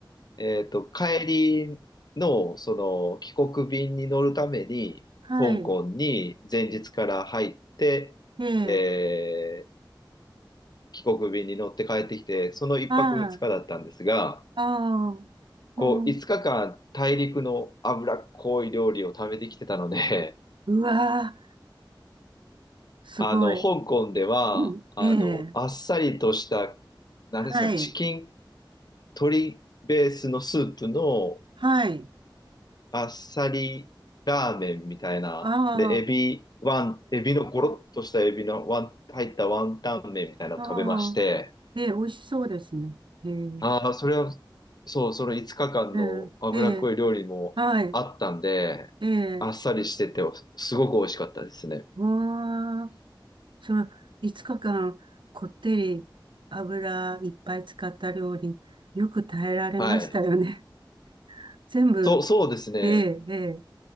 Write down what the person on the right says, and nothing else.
はい。
ええ、
ああ、ああ、
うん。
うわー、
すごい。
<clears throat> うんええ、
はい。
はい。
あ
あ、ああ、ええ、美味しそうですね。ええ、
うんええ、はい。ええ、
わあ、その5日間こってり油いっぱい使った料理、よく耐えられましたよね。
<laughs> 全部、
ええ、ええ。